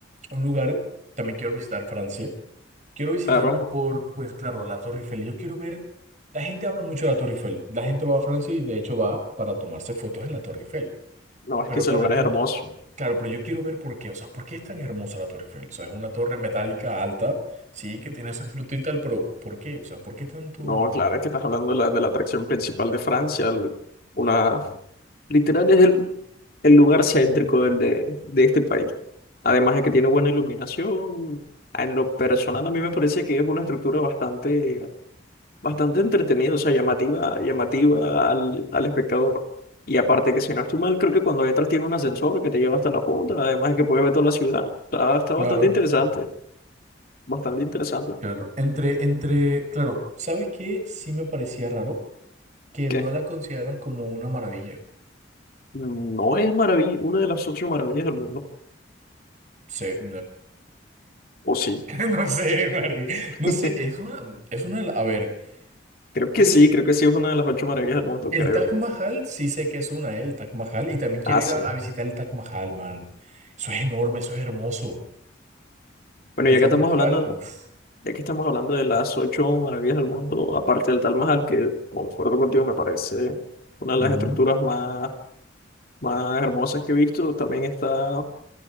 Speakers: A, on the right; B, on the left.
A: un lugar, también quiero visitar Francia. Quiero visitarlo
B: Claro,
A: por, pues claro, la Torre Eiffel. Yo quiero ver, la gente habla mucho de la Torre Eiffel. La gente va a Francia y de hecho va para tomarse fotos en la Torre Eiffel.
B: no, es
A: Pero
B: que ese
A: claro,
B: lugar
A: yo,
B: es hermoso.
A: qui- claro, pero yo quiero ver por qué, o sea, ¿por qué es tan hermosa la Torre Eiffel? O sea, es una torre metálica alta, sí, que tiene su estructura y tal, pero ¿por qué? O sea, ¿por qué tanto?
B: No, claro, es que estás hablando de la, de la atracción principal de Francia. el- una, literal es el, el lugar céntrico del, de, de este país. Además de que tiene buena iluminación. En lo personal, a mí me parece que es una estructura bastante bastante entretenido, o sea, llamativa, llamativa al, al espectador. Y aparte que si no estoy mal, creo que cuando entras tiene un ascensor que te lleva hasta la punta, además de que puedes ver toda la ciudad. Está, está bastante
A: Claro,
B: interesante, bastante interesante.
A: claro. Entre, entre, claro, ¿sabes qué? Sí me parecía raro que no
B: Que
A: la consideran como una maravilla.
B: no es maravilla, una de las ocho maravillas del mundo.
A: se <laughs>
B: O sí.
A: No sé, Mari.
B: <laughs>
A: No sé, es una, es una, a ver,
B: Creo que
A: yo,
B: sí, creo que sí es una de las ocho maravillas del mundo,
A: el
B: creo.
A: Taj Mahal, sí sé que es una, eh, el Taj Mahal, y también quiero
B: Ah,
A: ir
B: sí.
A: a, a visitar el Taj Mahal, man. Eso es enorme, eso es hermoso.
B: Bueno,
A: El
B: ya
A: Taj
B: que estamos
A: Mahal,
B: hablando,
A: uf.
B: ya que estamos hablando de las ocho maravillas del mundo, aparte del Taj Mahal, que concuerdo contigo, me parece una de
A: Ujú.
B: las estructuras más más hermosas que he visto también está